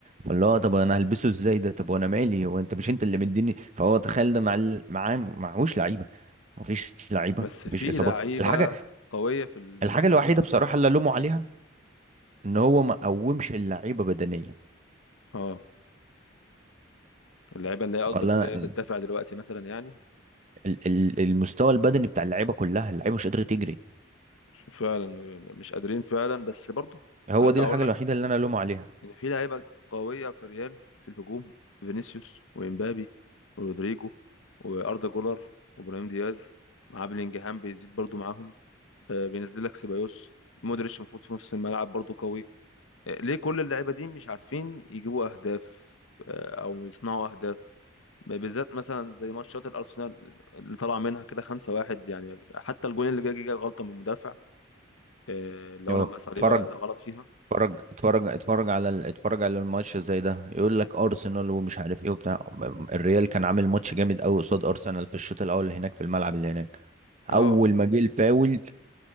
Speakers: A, on the right; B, on the left.
A: فاللي هو طب انا هلبسه ازاي ده طب وانا مالي هو انت مش انت اللي مديني فهو تخيل ده مع ال- معاه معهوش لعيبه مفيش لعيبه
B: بس
A: مفيش
B: في
A: اصابات
B: لعيبة
A: الحاجه
B: قوية في الهجوم
A: الحاجه الوحيده بصراحه اللي الومه عليها ان هو ما قومش اللعيبه بدنيا
B: اه اللعيبة اللي هي قصدك
A: ولا
B: اللي هي
A: ال-
B: بتدافع دلوقتي مثلا يعني
A: ال- المستوى البدني بتاع اللعيبه كلها اللعيبه مش قادره تجري
B: مش- فعلا م- مش قادرين فعلا بس برضه
A: هو
B: هرجع
A: دي الحاجة
B: اقول لك
A: الوحيدة اللي انا الومه عليها
B: ان في لعيبة قوية في ريال في الهجوم فينيسيوس وامبابي ورودريجو واردا جولر وابراهيم دياز مع بلينجهام بيزيد برضه معاهم آه بينزل لك سيبايوس مودريتش المفروض في نص الملعب برضه قوي آه ليه كل اللعيبة دي مش عارفين يجيبوا اهداف آه او يصنعوا اهداف بالذات مثلا زي ماتشات الارسنال اللي طلع منها كده 5-1 يعني حتى الجون اللي جه جه غلطه من المدافع آه، اللي
A: هو
B: هو لما صليبا
A: اتفرج
B: غلط فيها
A: اتفرج اتفرج اتفرج على ال- اتفرج على الماتش زي ده يقول لك ارسنال ومش عارف ايه وبتاع الريال كان عامل ماتش جامد قوي قصاد ارسنال في الشوط الاول اللي هناك في الملعب اللي هناك اول
B: اه
A: ما جه الفاول